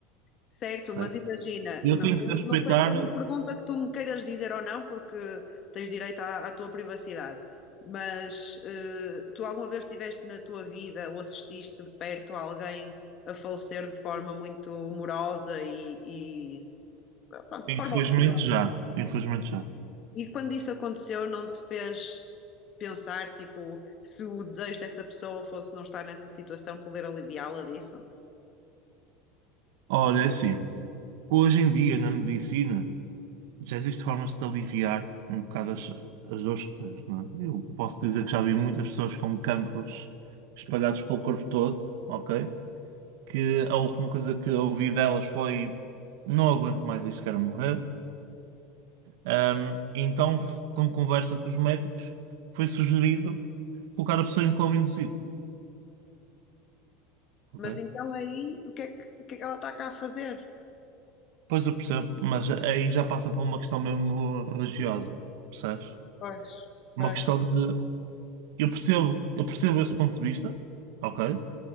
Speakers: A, on the left; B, on the right.
A: Certo,
B: certo?
A: mas imagina,
B: E
A: eu
B: Eu
A: não,
B: tenho que respeitar,
A: não sei se é uma pergunta que tu me queiras dizer ou não, porque tens direito à, à tua privacidade, mas eh, tu alguma vez estiveste na tua vida ou assististe de perto a alguém a falecer de forma muito morosa e, e, pronto, de
B: infelizmente
A: forma horrível?
B: já. Infelizmente já.
A: E quando isso aconteceu, não te fez pensar, tipo, se o desejo dessa pessoa fosse não estar nessa situação, poder aliviá-la disso?
B: Olha, é assim. Hoje em dia na medicina. Já existe formas de aliviar um bocado as, as dores que tens, não é? Eu posso dizer que já vi muitas pessoas com cancros espalhados pelo corpo todo, ok? Que a última coisa que ouvi delas foi: não aguento mais isto, quero morrer. Ahm, então, f- com conversa com os médicos, foi sugerido colocar a pessoa em coma induzido, ok?
A: Mas então aí, o que é que, o que é que ela está cá a fazer?
B: Pois eu percebo, mas aí já passa para uma questão mesmo religiosa, percebes?
A: Pois,
B: Uma
A: pois.
B: questão de. Eu percebo, eu percebo esse ponto de vista. Ok.